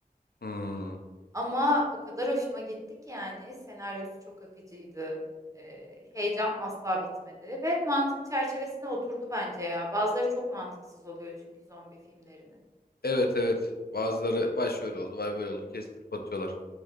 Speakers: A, on the left; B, on the right.
A: Hmm.
B: Ama o kadar hoşuma gitti ki yani senaryosu çok akıcıydı. Ee, heyecan asla bitmedi ve mantık çerçevesine oturdu bence ya. Bazıları çok mantıksız oluyor çünkü zombi filmlerinin.
A: Evet evet. Bazıları vay şöyle oldu vay böyle oldu kestirip atıyorlar.